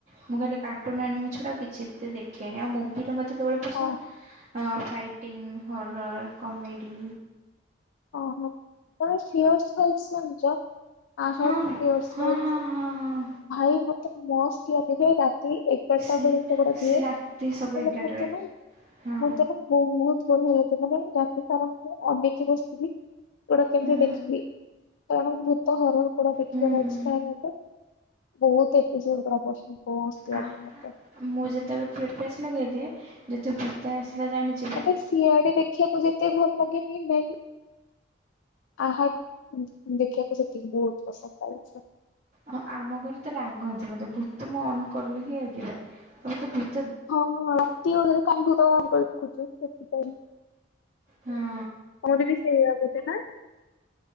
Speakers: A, on the right; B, on the left.
A: ମୁଁ ଖାଲି କାର୍ଟୁନ ଆଣିବି ଛଡ଼ା ଆଉ କିଛି ଦେଖେନି। ଆଉ ମୁଭିରେ ମୋତେ କେବଳ ପସନ୍ଦ
B: ହଁ।
A: ଫାଇଟିଂ ହରର କମେଡି।
B: ଓହୋ ତମ ପିଓରଲସ ଜଣିଚ ଆହ
A: ହଁ
B: ପିଓରଲସ।
A: ହଁ ହଁ ହଁ ହଁ
B: ଭାଇ ମତେ ମସ୍ତ ଲାଗେ ଯେ ରାତି ଏଗାରଟା
A: ସେ
B: ବେଳେ। ସେଗୁଡା ପିଏ
A: ସେ
B: ମାନେ
A: ରାତି ସବୁ ଏଗାରଟାରେ
B: <unintelligible>
A: ହଁ
B: ମଁ ତ ନା ବହୁତ ବଢିଆ ଲାଗେ ମାନେ ରାତି ସାରା ଅନେଇ କି ବସିଥିବି। ଭୁତ ଗୁଡା କେମିତିଆ
A: ହୁଁ
B: ଦେଖିବି କାରଣ ଭୂତ ହର ଗୁଡା ଦେଖିବାର
A: ହୁଁ ହୁଁ
B: ଅଛି ତାହେଲେ ମତେ। ବହୁତ ଏପିସୋଡ <unintelligible>
A: ହୁଁ ମୁଁ ଯେତେବେଳେ ପିଓର ଫେସ୍ ଲଗେଇଦିଏ ଯଦି ଭୂତ ଆସିଲା ଜାଣିଛି।
B: ମତେ ସିଆଡେ ଦେଖିବାକୁ ଯେତେ ଭଲ ଲାଗେନି ନେହିଁ। ଆହା ଦେଖିବାକୁ ସେତିକି ବହୁତ ପସନ୍ଦ ଲାଗୁଛି।
A: ହଁ ଆମ ଘରେ ତ ରାଗନ୍ତି ମତେ ଭୁତ ତ ମୁଁ ଅନ୍ କରିଲେ ହିଁ ରାଗିବେ କହିବେ ତୁ ଭୁତ
B: ହଁ ହଁ ରାତି ଅଧରେ କାହିଁ ଅନ କରି ଦେଖୁଛୁ ସେଥିପାଇଁ।
A: ହଁ
B: ମୋର ବି ସେଇଆ ବୁଝେ ନା।